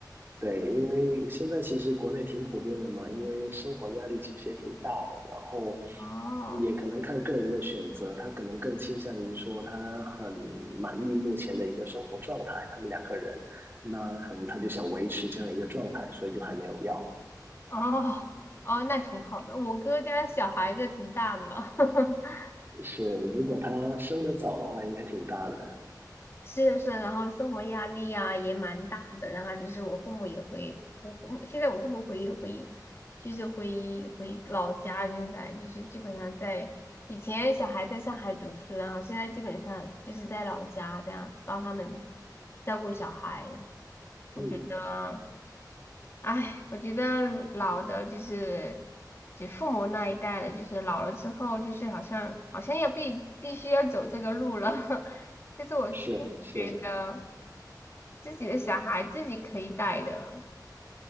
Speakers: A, on the right; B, on the left.
A: 对，因为现在其实国内挺普遍的嘛，因为生活压力其实也挺大的，然后
B: 哦，
A: 也可能看个人的选择，他可能更倾向于说他很满意目前的一个生活状态，他们两个人，那可能他就想维持这样一个状态，所以就还没有要。
B: 哦哦，那挺好的。我哥家小孩就挺大的了，<laughs>
A: 是，如果他生的早的话，应该挺大的。
B: 是的，是的，然后生活压力啊也蛮大的。然后就是我父母也会，我父母现在我父母回回就是回回老家，现在就是基本上在以前小孩在上海读书，然后现在基本上就是在老家这样子帮他们照顾小孩。我觉得。
A: 嗯，
B: 哎，我觉得老的就是就父母那一代的，就是老了之后，就是好像好像要必必须要走这个路了。<laughs> 但是我是觉得
A: 是是，
B: 自己的小孩自己可以带的。